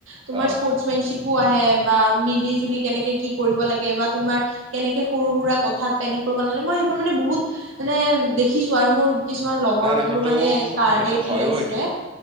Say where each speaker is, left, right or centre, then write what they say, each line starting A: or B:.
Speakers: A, on the right (about 75°); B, on the right (about 25°).
A: তোমাৰ
B: অ',
A: স্পৰ্টমেনশ্বীপ পো আহে বা মিলি জুলি কেনেকে কি কৰিব লাগে বা তোমাৰ কেনেকে সৰু সুৰা কথাত পেনিক কৰিব নালাগে মই সেইবোৰ মানে বহুত মানে দেখিছো আৰু মোৰ কিছুমান লগৰবোৰো
B: নাই নাই সেইটো
A: মানে কাৰ্ডে
B: সেইটো
A: খেলাইছিলে
B: হয়ও সেইটো